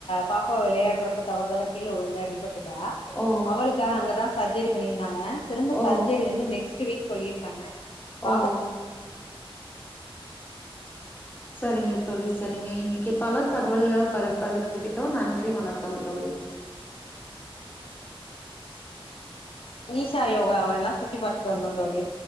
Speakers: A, on the left (about 70°); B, on the left (about 20°).
A: பாப்பா விளையாடுறப்ப தவறுதலா கீழ விழுந்து அடிபட்டு ட்டா
B: ஓ
A: அவளுக்கு ஆனா அங்கதா சர்ஜரி பண்ணிருந்தாங்க திரும்ப
B: ஓ
A: சர்ஜரி வந்து நெக்ஸ் ட் வீக் சொல்லியிருக்காங்க பாப்பா
B: ஓஹோ சரிங்க தோழி சரிங்க இன்னைக்கி பல தகவல்கள பரு பகிர்ந்துக்கிட்டோ நன்றி வணக்கம் தோழி
A: ஈஷா யோகாவல்லா சுத்தி பாத்துட்டு வந்தோ தோழி